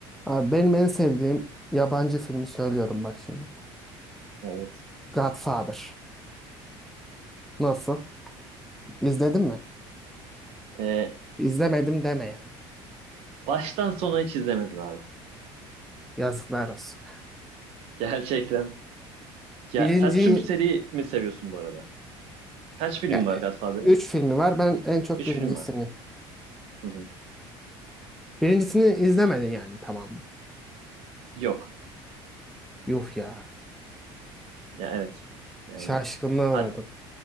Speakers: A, in the centre; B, on the right.
A: Abi benim en sevdiğim yabancı filmi söylüyorum bak şimdi.
B: Evet.
A: Godfather. Nasıl? İzledin mi?
B: Ee,
A: İzlemedim deme yani.
B: baştan sona hiç izlemedim abi.
A: Yazıklar olsun.
B: Gerçekten. Ya
A: Birinci,
B: sen tüm seri mi seviyorsun bu arada? Kaç film
A: ya,
B: var Godfather'ın?
A: üç filmi var. Ben en çok
B: Üç
A: birincisini.
B: film var. Hı hı.
A: Birincisini izlemedin yani tamam.
B: Yok.
A: Yuh ya.
B: Ya evet. Yani
A: Şaşkınlığa
B: hat-
A: uğradım.